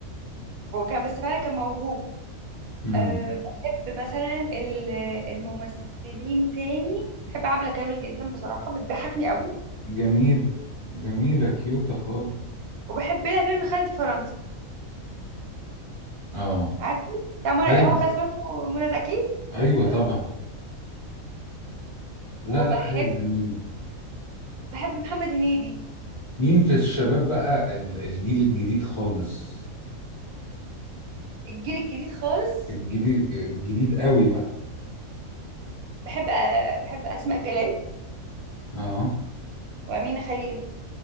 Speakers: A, on the right (about 80°); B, on the left (about 40°).
A: وكان بس فعلا كان موهوب
B: مم.
A: أه بحب مثلا ال- الممثلين تاني بحب عبلة كامل جدا بصراحة بتضحكني قوي
B: جميلة جميلة كيوتة خالص
A: وبحب لها فيلم خالتي فرنسا
B: اه
A: عارفة بتاع منى
B: ايوه
A: هو خالتي فرنسا ومنى زكي
B: ايوه طبعا
A: طيب.
B: لا
A: وبحب
B: لا هي جميلة
A: بحب محمد هنيدي
B: مين في الشباب بقى ال- الجيل الجديد خالص
A: الجيل الجديد خالص
B: الجديد الجديد قوي بقى
A: بحب أه بحب أسماء جلال
B: اه
A: وأمينة خليل